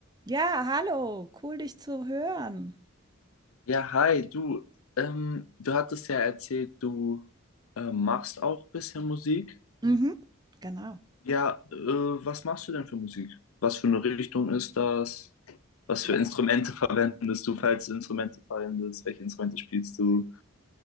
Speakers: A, on the right; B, on the left.
A: Ja, hallo, cool dich zu hören.
B: Ja, hi, du. Ähm, du hattest ja erzählt, du äh, machst auch ein bisschen Musik.
A: Mhm, genau.
B: Ja, äh, was machst du denn für Musik? Was für eine Richtung ist das? Was
A: Ja.
B: für Instrumente <laughs> verwendest du, falls du Instrumente verwendest? Welche Instrumente spielst du?